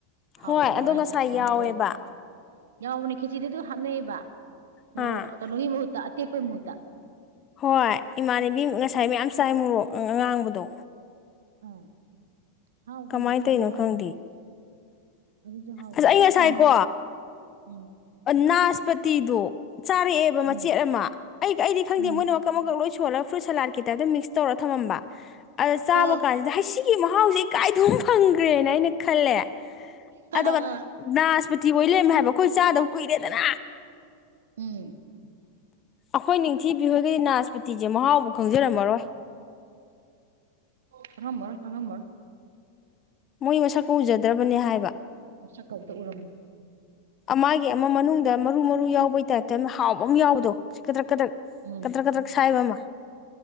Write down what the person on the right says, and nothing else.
ꯍꯥꯎꯅꯕ
ꯍꯥꯏꯅ
ꯑꯗꯨꯝ
ꯃꯔꯨ ꯑꯣꯏꯅ ꯌꯥꯎꯕꯅꯦ ꯈꯦꯆꯤꯗ ꯑꯗꯨ ꯍꯥꯞꯅꯩꯕ ꯃꯣꯔꯣꯛ
ꯀꯩꯅꯣꯒꯤ ꯃꯍꯨꯠꯇ ꯑꯇꯦꯛꯄꯒꯤ ꯃꯍꯨꯠꯇ
ꯎꯝ ꯍꯥꯎꯕꯅꯦ
ꯑꯗꯨꯁꯨ
ꯍꯥꯎꯕꯅꯦ꯫
ꯑꯗꯨꯁꯨ ꯍꯥꯎꯕꯅꯦꯗꯤ
ꯑꯩꯈꯣꯏꯅ ꯎꯝ
ꯎꯝ
ꯎꯝ
ꯑꯣ
ꯑꯥ
ꯎꯝ꯫
ꯈꯪꯉꯝꯃꯥꯔꯣꯏ ꯈꯪꯉꯝꯃꯥꯔꯣꯏ꯫
ꯁꯛꯀꯥ ꯑꯝꯇꯥ ꯎꯔꯝ
ꯎꯝ